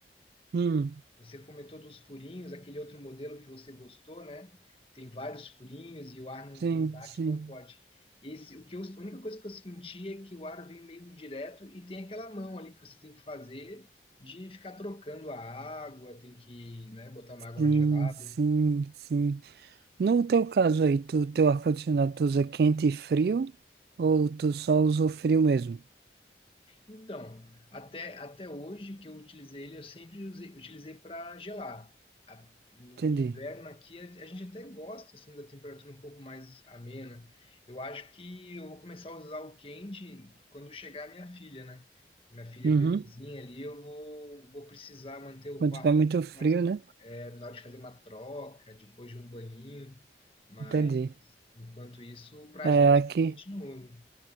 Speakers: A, on the right (about 60°); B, on the left (about 30°).
A: Hum,
B: Você comentou dos furinhos, aquele outro modelo que você gostou, né? Que tem vários furinhos e o ar não,
A: sim,
B: não bate
A: sim,
B: tão forte. Esse, o que eu- a única coisa que eu senti é que o ar vem meio direto e tem aquela mão ali que você tem que fazer de ficar trocando a água, tem que, né, botar uma
A: sim,
B: água mais gelada.
A: sim, sim. No teu caso aí, tu, teu ar-condicionado tu usa quente e frio ou tu só usa o frio mesmo?
B: Então, até, até hoje que eu utilizei ele, eu sempre usei- utilizei para gelar. A- no
A: Entendi.
B: inverno aqui, a, a gente até gosta assim, da temperatura um pouco mais amena. Eu acho que eu vou começar a usar o quente quando chegar minha filha, né? Minha filha
A: Uhum.
B: é bebezinha ali, eu vou, vou precisar manter o
A: Quando
B: quarto
A: tiver muito
B: um pouco
A: frio,
B: mais,
A: né?
B: é, na hora de fazer uma troca, depois de um banhinho. Mas,
A: Entendi.
B: enquanto isso, para
A: É,
B: a gente,
A: aqui,
B: a gente não